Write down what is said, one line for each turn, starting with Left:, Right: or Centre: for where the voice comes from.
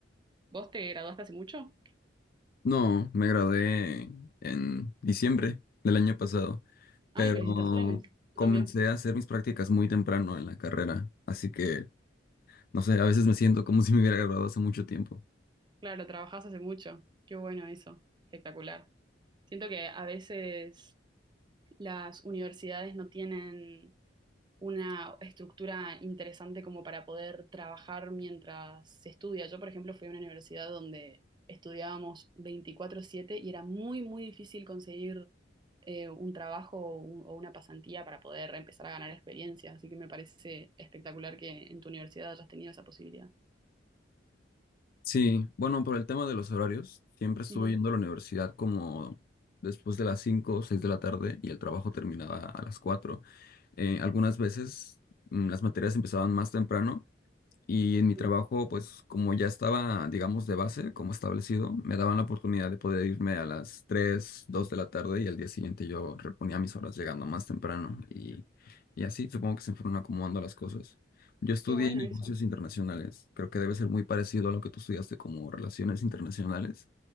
Right: ¿Vos te graduaste hace mucho?
Left: No, me gradué en diciembre del año pasado, pero
Right: Ay, felicitaciones. Tú
Left: comencé
Right: también.
Left: a hacer mis prácticas muy temprano en la carrera, así que, no sé, a veces me siento como si me hubiera graduado hace mucho tiempo.
Right: Claro, trabajás hace mucho. Qué bueno eso. Espectacular. Siento que a veces Las universidades no tienen una estructura interesante como para poder trabajar mientras se estudia. Yo, por ejemplo, fui a una universidad donde estudiábamos veinticuatro siete y era muy, muy difícil conseguir eh, un trabajo o, un- o una pasantía para poder empezar a ganar experiencia. Así que me parece espectacular que en tu universidad hayas tenido esa posibilidad.
Left: Sí, bueno, por el tema de los horarios, siempre estuve
Right: Ujú,
Left: yendo a la universidad como después de las 5, o 6 de la tarde y el trabajo terminaba a las 4. Eh, algunas veces mm, las materias empezaban más temprano y en mi
Right: sí.
Left: trabajo, pues como ya estaba, digamos, de base, como establecido, me daban la oportunidad de poder irme a las 3 2 de la tarde y al día siguiente yo reponía mis horas llegando más temprano. Y, y así supongo que se fueron acomodando las cosas. Yo estudié
Right: Qué bueno
Left: negocios
Right: eso.
Left: internacionales. Creo que debe ser muy parecido a lo que tú estudiaste como relaciones internacionales.